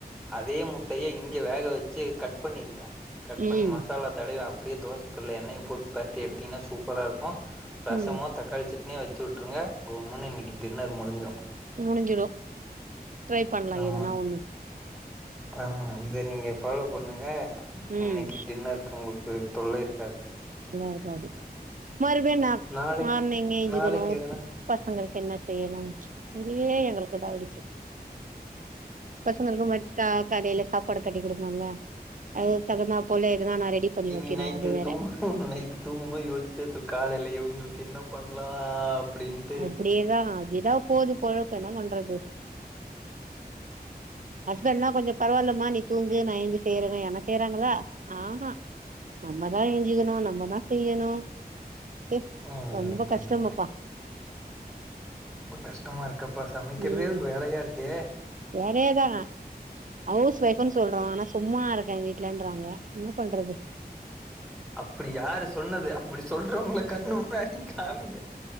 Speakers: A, in the centre; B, on the right.
A: அதே முட்டைய இங்க வேக வச்சு கட் பண்ணிருங்க கட்
B: ம்
A: பண்ணி மசாலா தடவி அப்டியே தோசைக்கல்ல எண்ணெய் போட்டு பிறட்டி எடுத்தீங்கன்னா சூப்பரா இருக்கும் ரசமோ
B: ம்
A: தக்காளி சட்னியும் வச்சு விட்டுருங்க கும்முன்னு இன்னிக்கு டின்னர் முடிஞ்சிடும்
B: முடிஞ்சிடும் ட்ரை பண்ணலாம்
A: ஆமா
B: எதனா ஒண்ணு
A: ஆமா இத நீங்க ஃபாலோ பண்ணுங்க
B: ம்
A: இன்னிக்கு டின்னர் உங்களுக்கு தொல்லை இருக்காது
B: ல்ல ஆகாது வருவனா
A: நாளைக்கு
B: மார்னிங் எஞ்சிக்கணும்
A: நாளைக்கு வேணா
B: பசங்களுக்கு என்ன செய்யணும் அப்டியே எங்களுக்கு இது ஆயிடுச்சு பசங்களுக்கும் வட்டா கடையில சாப் பாடு கட்டி குடுக்கணோல அது தகுந்தா போல எதுனா நா ரெடி பண்ணி
A: இனி
B: வைக்கணு
A: நைட்டு
B: அது வேற
A: தூங்க நைட்டு தூங்கும்போது யோசிச்சிட்டே தூக் காலையில இவுங்களுக்கு என்ன பண்லா அப்டின்ட்டு
B: அப்டியேதா அப்டிதா போது பொழப்பு என்ன பண்றது ஹஸ்பண்ட்லா கொஞ்சோ பரவால்லமா நீ தூங்கு நா எழுந்து செய்யறனே யாருனா செய்றாங்களா ஆமா நம்மதா எஞ்சிக்கணோ நம்மதா செய்யணோ எ
A: அட
B: ரொம்ப
A: அட அட
B: கஷ்டமப்பா
A: அட அட. ரொம்ப கஷ்டமா இருக்கப்பா சமைக்கிறதே
B: ம்
A: ஒரு வேலையா இருக்கே
B: வேலையேதா ஹவுஸ் வொய்ஃபுனு சொல்றோ ஆனா சும்மா இருக்கே வீட்லன்றாங்க என்ன பண்றது
A: அப்படி யாரு சொன்னது அப்புடி சொல்றவங்கல கண்ணு முன்னாடி காமிங்க